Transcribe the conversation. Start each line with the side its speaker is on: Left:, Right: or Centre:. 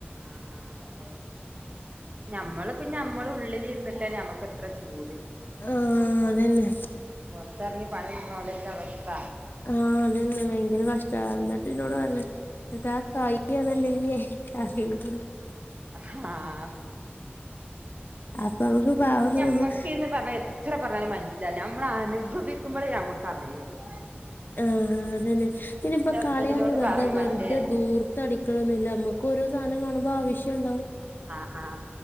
Right: ആഹ് ആഹ് അതെ ഞമ്മളിപ്പ ഞമ്മൾ ഉള്ളിൽ ഇരുന്നിട്ട് ഞമ്മക്ക് എത്ര ചൂട്
Left: ആ
Right: അപ്പൊ
Left: അതന്നെ
Right: പുറത്തിറങ്ങി പണിക്കണലൊക്ക അവസ്ഥ
Left: ആഹ് അതന്നെ ഭയങ്കര കഷ്ട എന്നിട്ട് എന്നന്നോട് പറഞ്ഞ എന്നട്ട ആ കായ ആണല്ലേേ ക <unintelligible>
Right: ആഹ്
Left: അപ്പൊ നമുക്ക് പാവം
Right: ഞമ്മക്കേന്ന്
Left: തോന്നും
Right: പറഞ്ഞ ഇത്ര പറഞ്ഞാല് മനസ്സിലാവില്ല നമ്മള അനുഭവിക്കുമ്പോഴേ നഞമ്മക്ക അറിയുള്ളു
Left: ആഹ് അതന്നെ പിന്നെ ഇപ്പ
Right: ഹസ്ബൻഡിനോട്
Left: കളയാന്ന് വെറുതെ
Right: പറയും
Left: വെറുതെ
Right: മറ്റേ
Left: ദൂർ അടിക്കണംന്നില്ല നമ്മുക്ക് ഓരോ സാധനം കാണുമ്പോ ആവശ്യം ഉണ്ടാവും
Right: ആഹ് ആഹ്